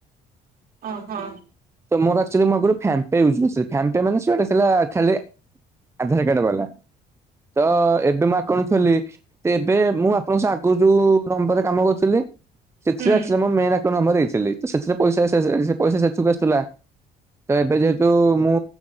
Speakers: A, on the right; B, on the right.
A: ହଁ ହଁ।
B: ତ ମୋର ଆକଚୁଆଲି ମୁଁ ଆଗରୁ ଫ୍ୟାମ୍ ପେ ୟୁଜ କରୁଥିଲି ଫ୍ୟାମ୍ ପେ ମାନେ ସିଏ ଗୋଟେ ଥିଲା ଖାଲି ଆଧାର କାର୍ଡ ବାଲା। ତ ଏବେ ମୁଁ ଆକାଉଣ୍ଟ ଖୋଲିଲି। ତ ଏବେ ମୁଁ ଆପଣଙ୍କ ସହ ଆଗରୁ ଯୋଉ ନମ୍ବରରେ କାମ କରୁଥିଲି ସେଥିରେ
A: ହୁଁ
B: ଆକଚୁଆଲି ମୋ ମେନ୍ ଆକାଉଣ୍ଟ ନମ୍ବର ଦେଇଥିଲି ତ ସେଥିରେ ପଇସା ଆସିବା ଯାଏ ସେ-ସେ-ସେ ପଇସା ସେଥିକୁ ଆସୁଥିଲା। ତ ଏବେ ଯେହେତୁ ମୁଁ